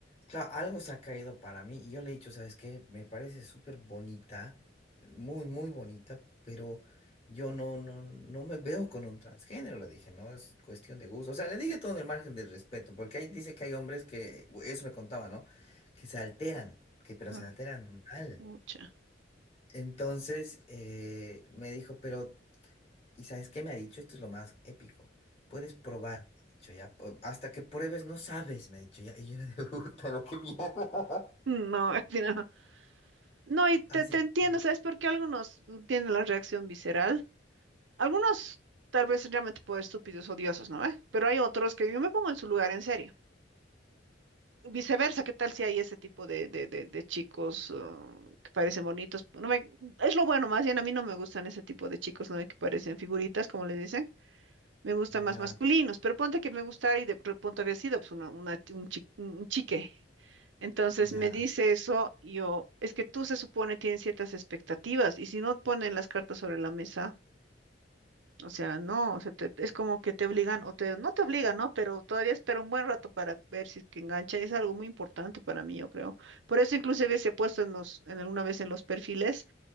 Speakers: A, on the left; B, on the right.
A: claro, algo se ha caído para mí. Y yo le he dicho, ¿sabes qué? Me parece súper bonita, muy, muy bonita, pero yo no, no, no me veo con un transgénero, le dije, ¿no? Es cuestión de gusto. O sea, le dije todo en el margen del respeto, porque ahí dice que hay hombres que, eso me contaba, ¿no? Que se alteran, que pero
B: No,
A: se alteran mal.
B: mucha.
A: Entonces eh, me dijo, pero. ¿Y sabes qué me ha dicho? Esto es lo más épico. Puedes probar, me ha dicho ya. po- Hasta que pruebes no sabes, me ha dicho ya. Y yo era de <laughs> puta, no, qué mierda.
B: No, <laughs> así no. No, y te,
A: Así
B: te entiendo,
A: que
B: ¿sabes por qué algunos tienen la reacción visceral? Algunos tal vez realmente por estúpidos, odiosos, ¿no? ¿Eh? Pero hay otros que yo me pongo en su lugar, en serio. Viceversa, ¿qué tal si hay ese tipo de, de, de, de chicos uh, que parecen bonitos? No me, es lo bueno, más bien a mí no me gustan ese tipo de chicos, ¿no? Que parecen figuritas, como les dicen. me gustan más
A: ya,
B: masculinos, pero ponte que me gustara y de pronto había sido pues, una, una- un, chi- un chique. Entonces
A: ya,
B: me Ya. dice eso, y yo, es que tú se supone tienes ciertas expectativas y si no ponen las cartas sobre la mesa, o sea, no, o sea, te- es como que te obligan o te, no te obligan, ¿no? Pero todavía espera un buen rato para ver si es que engancha, es algo muy importante para mí, yo creo. Por eso inclusive se ha puesto en los, en alguna vez en los perfiles